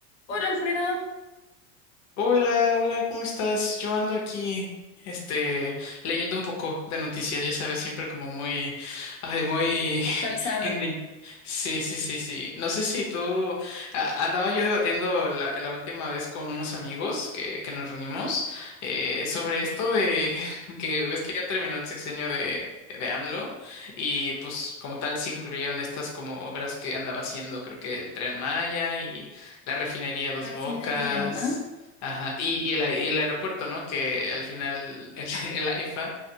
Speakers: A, on the left; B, on the left.
A: Hola Alfredo,
B: Hola, hola, ¿cómo estás? Yo ando aquí, este, leyendo un poco de noticias, ya sabes, siempre como muy, ay, muy <laughs>
A: actualizado.
B: ending. Sí, sí, sí, sí. No sé si tú, a- andaba yo debatiendo la, la última vez con unos amigos que, que nos reunimos eh, sobre esto de <laughs> que ves que ya terminó el sexenio de, de AMLO y pues como tal sí concluyeron estas como obras que andaba haciendo, creo que el Tren Maya y la refinería Dos
A: La
B: Bocas.
A: refinería, ¿no?
B: Ajá, y, y el, a- y el aeropuerto, ¿no? Que al final el, <laughs> el AIFA,